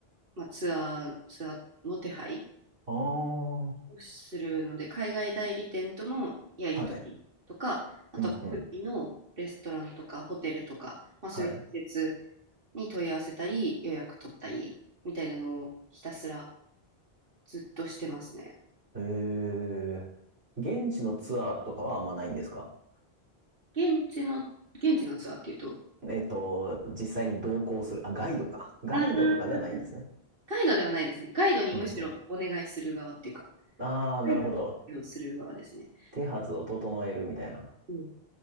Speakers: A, on the right (about 60°); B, on the right (about 75°).
A: まあ、ツアー、ツアーの手配
B: あ
A: をするので、海外代理店とのやり取りとか、
B: あ、はい。
A: あとは国内のレストランとかホテルとか、
B: うんうん。
A: まあ、そういう施設
B: はい。
A: に問い合わせたり、予約取ったりみたいなのをひたすらずっとしてますね。
B: えー、現地のツアーとかはあんまないんですか
A: 現地の、現地のツアーっていうと、
B: えっと、実際に同行する、あ、ガイドか。ガイドとかではないんですね。
A: あーガイドではないですね。ガイドにむしろお願いする側っていうか、
B: うんうん。ああ、なるほど。
A: ガイドをする側ですね。
B: 手はずを整えるみたいな。
A: うん